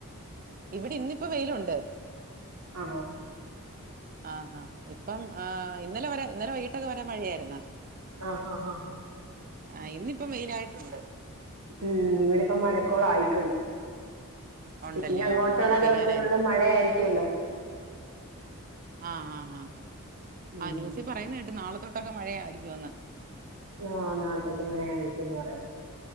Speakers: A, on the right; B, on the right.
A: ഇവിടെ ഇന്നിപ്പ വെയിലുണ്ട്
B: ആണോ
A: ആഹാ ഇപ്പം ആഹ് ഇന്നലെ വരെ ഇന്നലെ വൈകിട്ടൊക്കെ വരെ മഴിയായിരുന്ന
B: ആഹ് ആഹ് ആഹ് ആഹ്
A: ആഹ് ഇന്നിപ്പ മെയിൻ ആയിട്ടുണ്ട്
B: ഉം ഇവിടെ ഇപ്പം മഴക്കോള ആയിട്ടുണ്ട്
A: ഉണ്ടല്ലോ
B: ഇനി അങ്ങോട്ടുള്ള
A: ആഹ് പെയ്യാനായിരിക്കും
B: ദിവസങ്ങളിലും മഴയായിരിക്കുമല്ലോ
A: ആഹ് ആഹ് ആഹ്
B: ഉം
A: ആ ന്യൂസി പറയുന്ന കേട്ട് നാളെ തൊട്ടൊക്കെ മഴയയിരിക്കുംന്ന്
B: ആഹ് നാളത്തക്കെ മഴയായിരിക്കന്ന് പറയുന്നത്